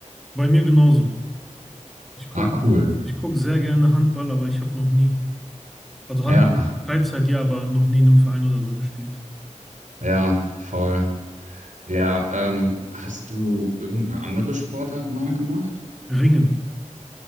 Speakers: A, in the centre; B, on the right.
A: bei mir genauso. Ich gucke
B: Ah, cool.
A: ich guck sehr gerne Handball, aber ich habe noch nie, also Handball
B: Ja,
A: Freizeit ja, aber noch nie in einem Verein oder so gespielt.
B: ja, voll. Ja, ähm, hast du irgendeine andere Sportart mal gemacht?
A: Ringen.